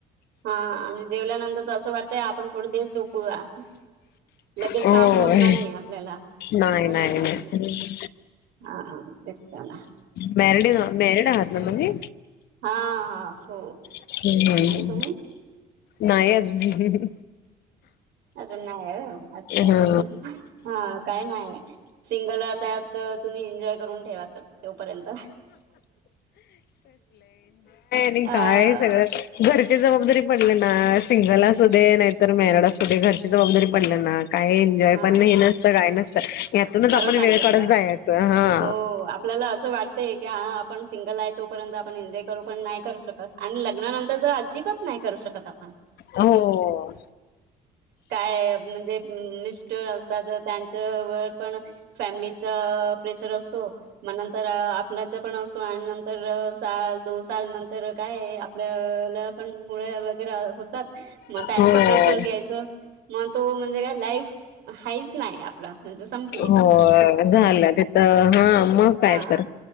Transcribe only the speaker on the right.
हा आणि जेवल्यानंतर तर असं वाटतंय आपण थोड देर झोपूया. लगेच
काम होत नाहीये आपल्याला.
हो
हो हो
हो हा तेच तर ना
हा हा हो,
आणि तुम्ही
अजून नाहीये ह्यो अच्छा
हा काय नाही सिंगल त्यात. तर तुम्ही एन्जॉय करून ठेवात तोपर्यंत.
अ
हा
खरं
सांगितलं
हो आपल्याला असं वाटतय की हा आपण सिंगल आहे, तोपर्यंत आपण एन्जॉय करू पण नाही करू शकत. आणि लग्नानंतर तर अजिबच नाही करू शकत आपण.
काय म्हणजे मिस्ठर असतात त्यांच्या वर पण. फॅमिलीचा प्रेशर असतो. मग नंतर आपल्याच पण असो आणि नंतर साल दोन साल नंतर काय आहे, आप वेळेल पण मुळे वगैरे होतात. मग त्यांच
प्रेशर घ्यायचं मग तो म्हणजे काय लाईफ. हाईच नाही आपलं म्हणजे संप
हा.